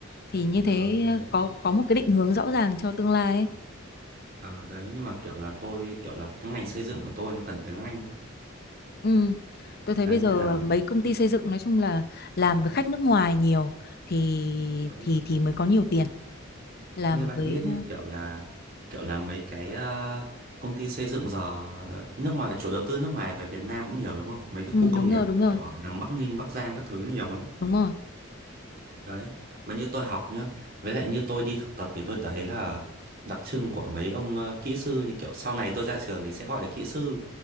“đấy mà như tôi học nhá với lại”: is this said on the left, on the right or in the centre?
Right